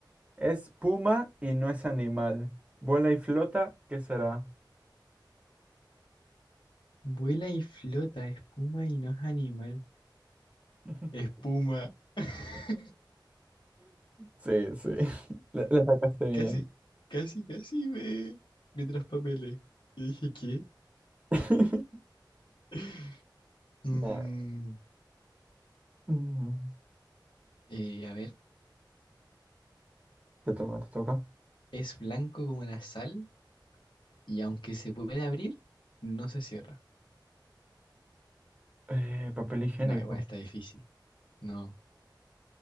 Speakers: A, on the right; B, on the left.
A: Es puma y no es animal. Vuela y flota, ¿qué será?
B: Vuela y flota, espuma y no es animal.
A: <laughs>
B: Espuma. <laughs>
A: Sí, sí. La, la sacaste bien.
B: Casi, casi, casi me, me traspapelé. Y dije, ¿qué?
A: <laughs>
B: <laughs> Mm,
A: Nah. Mm,
B: eh, a ver,
A: Te toca, te toca.
B: es blanco como la sal Y aunque se puede abrir, no se cierra.
A: Eh, papel higiénico.
B: No, igual está difícil. No.